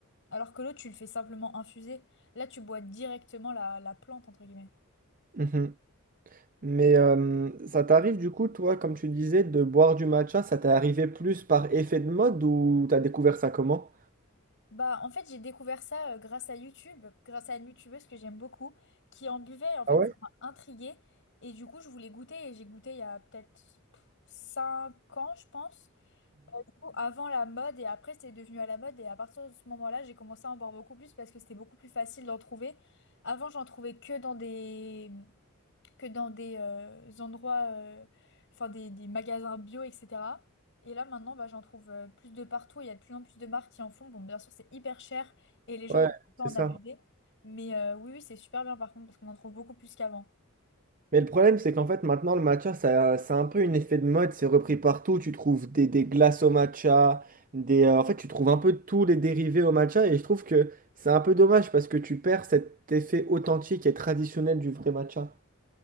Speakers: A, on the left (about 60°); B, on the right (about 40°).
A: Alors que l'autre, tu le fais simplement infuser. Là, tu bois directement la, la plante, entre guillemets.
B: Mhm. Mais euh, ça t'arrive du coup, toi, comme tu disais, de boire du matcha, ça t'est arrivé plus par effet de mode ou t'as découvert ça comment?
A: Bah, en fait, j'ai découvert ça euh, grâce à YouTube, grâce à une youtubeuse que j'aime beaucoup, qui en buvait. En fait,
B: Ah ouais?
A: ça m'a intriguée. Et du coup, je voulais goûter. Et j'ai goûté il y a peut-être 5 ans, je pense. Du coup, avant la mode. Et après, c'était devenu à la mode. Et à partir de ce moment-là, j'ai commencé à en boire beaucoup plus parce que c'était beaucoup plus facile d'en trouver. Avant, j'en trouvais que dans des que dans des euh, endroits, euh, enfin des, des magasins bio, etc. Et là maintenant, bah, j'en trouve euh, plus de partout. Il y a de plus en plus de marques qui en font. Bon, bien sûr, c'est hyper cher et les gens
B: Ouais,
A: peuvent un peu
B: c'est
A: en
B: ça.
A: abuser. Mais euh, oui, oui, c'est super bien par contre parce qu'on en trouve beaucoup plus qu'avant.
B: Mais le problème, c'est qu'en fait, maintenant, le matcha, ça, c'est un peu une effet de mode. C'est repris partout. Tu trouves des, des glaces au matcha. Des, euh, en fait, tu trouves un peu tous les dérivés au matcha. Et je trouve que C'est un peu dommage parce que tu perds cet effet authentique et traditionnel du vrai matcha.